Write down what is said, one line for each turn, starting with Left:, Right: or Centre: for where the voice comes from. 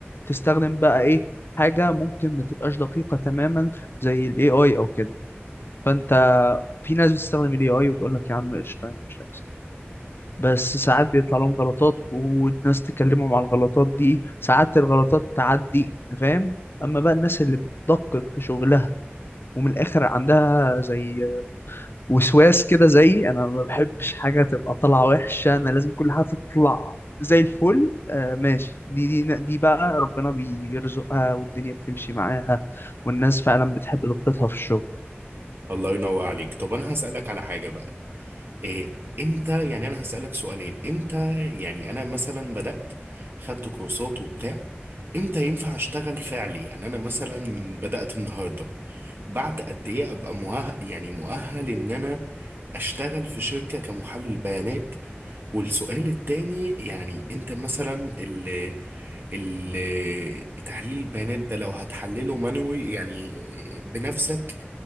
Left: تستخدم بقى ايه حاجه ممكن ما تبقاش دقيقه تماما زي الاي اي او كده فانت في ناس بتستخدم الاي اي وتقول لك يا عم قشطه يعني مش بس ساعات بيطلع لهم غلطات والناس تكلمهم على الغلطات دي ساعات الغلطات تعدي انت فاهم اما بقى الناس اللي بتدقق في شغلها ومن الاخر عندها زي وسواس كده زي انا ما بحبش حاجه تبقى طالعه وحشه انا لازم كل حاجه تطلع زي الفل آه ماشي دي دي دي بقى ربنا بيرزقها والدنيا بتمشي معاها والناس فعلا بتحب دقتها في الشغل
Right: الله ينور عليك طب أنا هسألك على حاجة بقى إيه امتى يعني انا هسألك سؤالين امتى يعني انا مثلا بدأت خدت كورسات وبتاع امتى ينفع اشتغل فعلي يعني انا مثلا بدأت النهارده بعد قد ايه ابقى مؤهل يعني مؤهل ان انا اشتغل في شركة كمحلل بيانات والسؤال التاني يعني انت مثلا اللي ال- تحليل البيانات ده لو هتحلله مانوي يعني بنفسك